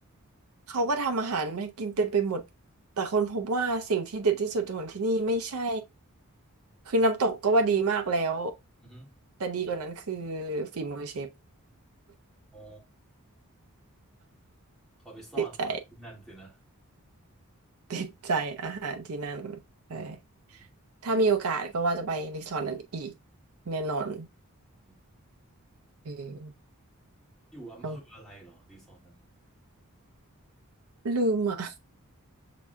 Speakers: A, on the right; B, in the centre.
A: เขาก็ทำอาหารมาให้กินเต็มไปหมดแต่คนพบว่าสิ่งที่เด็ดที่สุดของที่นี่ไม่ใช่คือน้ำตกก็ว่าดีมากแล้ว
B: อืม
A: แต่ดีกว่านั้นคือฝีมือเชฟ
B: อ๋อเขาไปซ่อนตอนอยู่ที่นั่นสินะ
A: ติดใจติดใจอาหารที่นั่นใช่
B: อืมอืม
A: ถ้ามีโอกาสก็ว่าจะไปรีสอร์ทนั้นอีกแน่นอน
B: อืม
A: เออ
B: อยู่อำเภออะไรเหรอรีสอร์ทนั้น
A: ต้องลืมอ่ะ